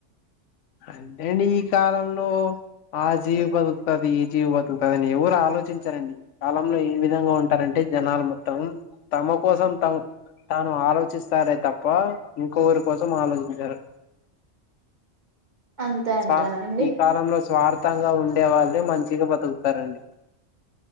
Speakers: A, on the left; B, on the right.
A: అంటేండి ఈ కాలంలో ఆ జీవి బతుకుతది, ఈ జీవి బతుకుతది, అని ఎవరు ఆలోచించారండి. కాలంలో ఏ విధంగా ఉంటారంటే. జనాలు మొత్తం తమ కోసం తము తాను ఆలోచిస్తారే తప్ప. ఇంకోక్కరి కోసం ఆలోచించారు.
B: <inaudible> అంతే
A: స్వా
B: అంటారా అండి
A: ఈ కాలంలో స్వార్ తంగా ఉండే వాళ్ళే మంచిగా బతుకుతారండి.